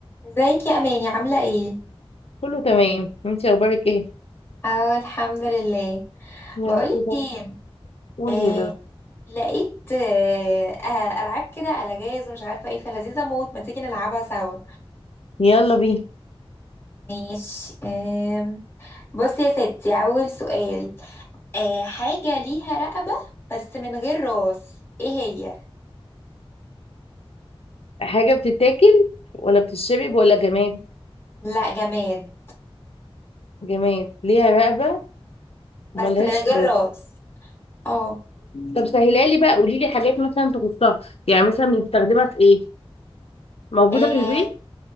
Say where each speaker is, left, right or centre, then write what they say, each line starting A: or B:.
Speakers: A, on the left; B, on the left.
A: ازيك يا اماني عامله ايه
B: كله تمام انت اخبارك ايه
A: اه الحمد لله
B: يا
A: بقولك
B: رب ده
A: ايه
B: قول
A: آه
B: يا رب
A: لقيت آه آه، العاب كده على جاز ومش عارفه ايه فلذيذه موت ما تيجي نلعبها سوا
B: يلا بينا
A: ماشي آه بصي يا ستي اول سؤال آه حاجه ليها رقبه بس من غير راس ايه هي
B: حاجه بتتاكل ولا بتشرب ولا جماد
A: لا جماد
B: جماد ليها رقبه وملهاش
A: بس من غير
B: فوق
A: راس اه
B: طب سهلها لي بقى قولي لي حاجات مثلا تخصها يعني مثلا بنستخدمها في ايه موجوده
A: اه
B: في البيت